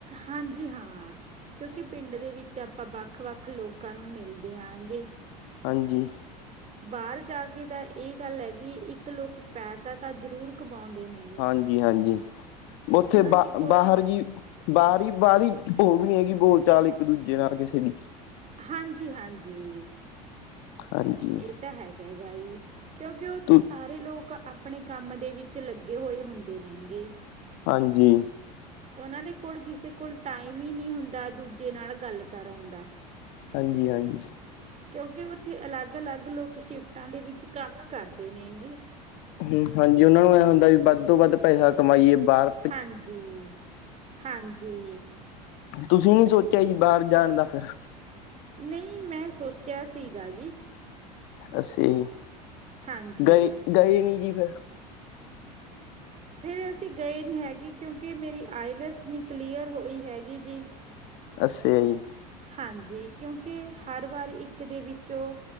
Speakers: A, on the right (about 35°); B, on the left (about 65°).
A: ਹਾਂਜੀ ਹਾਂ ਕਯੋਂਕਿ ਪਿੰਡ ਦੇ ਵਿੱਚ ਆਪ ਪਾਂ ਵੱਖ-ਵੱਖ ਲੋਕਾਂ ਨੂੰ ਮਿਲਦੇ ਆਂਗੇ।
B: ਹਾਂਜੀ।
A: ਬਾਰ ਜਾ ਕੇ ਤਾਂ ਐ ਗੱਲ ਹੈਗੀ ਇੱਕ ਲੋਕ ਪੈਸਾ ਤਾਂ ਜ਼ਰੂਰ ਕਮਾਉਂਦੇ ਨੇ
B: ਹਾਂਜੀ-ਹਾਂਜੀ, ਉੱਥੇ ਬ
A: ਦੇ ਕੋਲ
B: ਬਾਹਰ ਜੀ ਬਾਹਰੀ ਬਾਹਲੀ ਓ ਵੀ ਨਹੀਂ ਹੈਗੀ ਬੋਲ ਚਾਲ ਇੱਕ ਦੂਜੇ ਨਾਲ ਕਿਸੇ ਦੀ।
A: ਹਾਂਜੀ-ਹਾਂਜੀ।
B: ਹਾਂਜੀ
A: ਏ ਤਾਂ ਹੈਗਾ ਹੈਗਾ ਜੀ, ਕਿਉਂਕਿ ਓਥੇ
B: ਤ
A: ਸਾਰੇ ਲੋਕ ਆਪ ਆਪਣੇ ਕੰਮ ਦੇ ਵਿੱਚ ਲੱਗੇ ਹੋਏ ਹੁੰਦੇ ਨੇਗੇ।
B: ਹਾਂਜੀ।
A: ਓਨਾਂ ਦੇ ਕੋਲ ਕਿਸੇ ਕੋਲ ਟਾਈਮ ਈ ਨੀ ਹੁੰਦਾ ਦੂਜੇ ਨਾਲ ਗੱਲ ਕਰਨ ਦਾ।
B: ਹਾਂਜੀ-ਹਾਂਜੀ।
A: ਕਿਉਂਕਿ ਓਥੇ ਅਲੱਗ-ਅਲੱਗ ਲੋਕ ਸ਼ਿਫਟਾਂ ਦੇ ਵਿੱਚ ਕੰਮ ਕਰਦੇ ਨੇਗੇ।
B: ਹੂੰ, ਹਾਂਜੀ ਓਨਾਂ ਨੂੰ ਐ ਹੁੰਦਾ ਵੀ ਵੱਧ ਤੋਂ ਵੱਧ ਪੈਸਾ ਕਮਾਈਏ ਬਾਰ।
A: ਹਾਂਜੀ, ਹਾਂਜੀ।
B: ਤੁਸੀਂ ਨੀ ਸੋਚੇਆ ਜੀ ਬਾਰ ਜਾਣ ਦਾ ਫਿਰ?
A: ਨਈ ਮੈਂ ਸੋਚੇਆ ਸੀਗਾ ਜੀ।
B: ਅਸੀਂ,
A: ਹਾਂਜੀ
B: ਗਏ, ਗਏ ਨੀ ਜੀ ਫਿਰ।
A: ਫੇਰ ਅਸੀਂ ਗਏ ਨਈ ਹੈਗੇ ਕਿਉਂਕਿ ਮੇਰੀ ਆਈਲੈਸ ਨੀ ਕਲੀਅਰ ਹੋਈ ਹੈਗੀ ਜੀ।
B: ਅਸਯਾ ਜੀ।
A: ਹਾਂਜੀ, ਕਿਉਂਕਿ ਹਰ ਵਾਰ ਇੱਕ ਦੇ ਵਿੱਚੋਂ